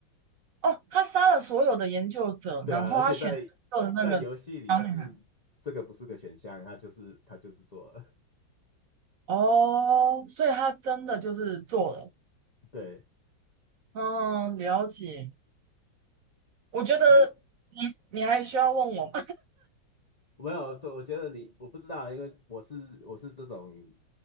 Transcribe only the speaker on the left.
<laughs> 对啊，
而且在在游戏里是这个不是个选项，他就是他就是做了。
<laughs> 对，
他没有，对，我觉得你我不知道，因为我是我是这种